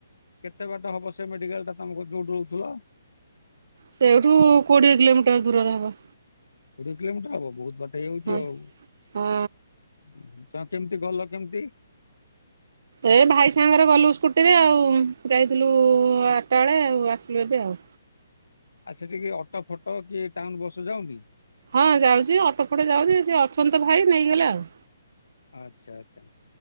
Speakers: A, on the left; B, on the right.
A: କେତେ ବାଟ ହବ? ସେ ମେଡିକାଲ ଟା ତମ <unintelligible> ରହୁଥିଲା।
B: ସେଉଠୁ କୋଡିଏ କିଲୋମିଟର ଦୂରରେ ହବ।
A: କୋଡିଏ କିଲୋମିର ହବ ବହୁତ ବା ସେଇ ହଉଛି
B: ହଁ।
A: ଆଉ
B: ହଁ।
A: ତମେ କେମିତି ଗଲ କେମିତି?
B: ଏ ଭାଇ ସାଙ୍ଗରେ ଗଲୁ ସ୍କୁଟିରେ ଆଉ ଯାଇଥିଲୁ ଆଟା ବେଳେ ଆଉ ଆସିଲୁ ଏବେ ଆଉ।
A: ଆଉ ସେଠିକି ଅଟୋ ଫଟୋ କି ଟାଉନ୍ ବସ ଯାଉନି?
B: ହଁ ଯାଉଚି ଅଟୋ ଫଟୋ ଯାଉଛି ସେ ଅଛନ୍ତି ତ ଭାଇ ନେଇଗଲେ ଆଉ।
A: ଆଚ୍ଛା ଆଚ୍ଛା